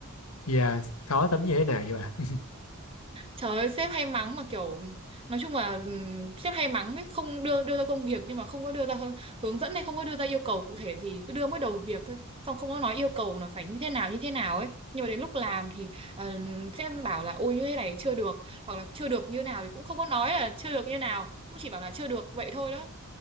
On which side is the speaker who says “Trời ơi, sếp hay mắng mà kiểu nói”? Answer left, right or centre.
Right